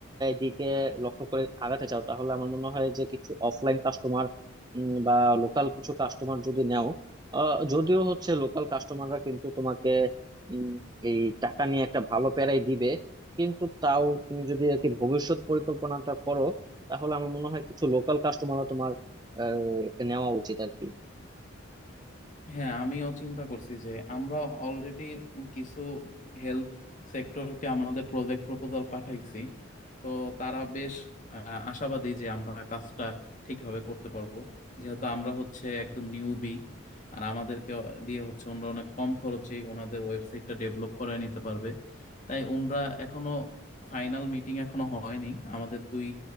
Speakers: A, on the right (about 20°); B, on the left (about 35°).
A: দিকে লক্ষ্য করে আগাতে চাও তাহলে আমার মনে হয় যে কিছু অফলাইন কাস্টমার বা লোকাল কিছু কাস্টমার যদি নেও আহ, যদিও হচ্ছে লোকাল কাস্টমাররা কিন্তু তোমাকে উম, এই টাকা নিয়ে একটা ভালো প্যারাই দিবে কিন্তু তাও তুমি যদি আর কি ভবিষ্যৎ পরিকল্পনাটা করো তাহলে আমার মনে হয় কিছু লোকাল কাস্টমারও তোমার আহ, নেওয়া উচিত আর কি
B: হ্যাঁ আমিও চিন্তা করছি যে আমরা অলরেডি কিছু হেলথ সেক্টরকে আমাদের প্রজেক্ট প্রপোজাল পাঠাইছি তো তারা বেশ আহ, আশাবাদী যে আমরা কাজটা ঠিকভাবে করতে পারবো যেহেতু আমরা হচ্ছে একদম নিউবি আর আমাদেরকে দিয়ে হচ্ছে ওনারা অনেক কম খরচে ওনাদের ওয়েবসাইটটা ডেভেলপ করে নিতে পারবে তাই ওনারা এখনো ফাইনাল মিটিং এখনো হয়নি আমাদের দুই